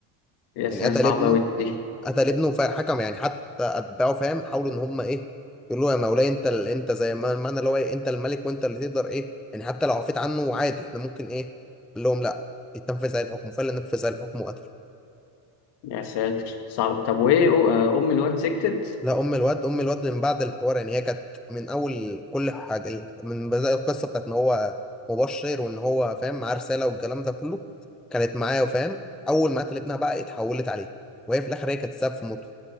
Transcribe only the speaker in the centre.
يعني
قتل
ابنه
قتل ابنه فحكم يعني حتى اتباعه فاهم حاولوا ان هم ايه يقولوا له يا مولاي انت ال... انت زي ما المعنى اللي هو إيه؟ انت الملك وانت اللي تقدر ايه يعني حتى لو عفيت عنه عادي احنا ممكن ايه قال لهم لا يتنفذ عليه الحكم فعلا نفذ عليه الحكم وقتله
لا ام الواد ام الواد من بعد الحوار يعني هي كانت من اول كل حاجه ال- من بدايه القصه بتاعت ان هو مبشر وان هو فاهم معاه رساله والكلام ده كله كانت معاه وفاهم اول ما قتل ابنها بقى اتحولت عليه وهي في الاخر هي كانت سبب في موته